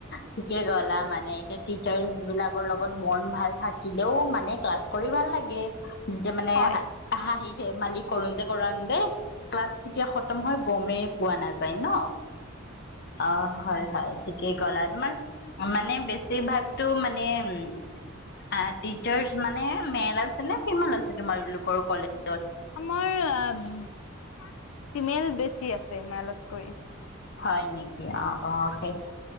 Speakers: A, on the left (about 50°); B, on the left (about 85°).
A: ঠিকে গ'লা মানে এতিয়া টিছাৰ্জ বিলাকৰ লগত বণ্ড ভাল থাকিলেও মানে ক্লাছ কৰি ভাল লাগে। যেতিয়া মানে
B: হয়
A: হা হাঁহি ধেমালি কৰোন্তে কৰোন্তে ক্লাছ কেতিয়া খতম হয় গমেই পোৱা নাযায় ন? অ', হয় হয় ঠিকেই ক'লা, তোমাৰ মানে বেছিভাগতো মানে উম আ টিচাৰ্চ মানে মেল আছে নে ফিমেল আছে তোমালোকৰ কলেজত?
B: আমাৰ ফিমেল বেছি আছে মেলতকৈ।
A: হয় নেকি? অ অ সেই-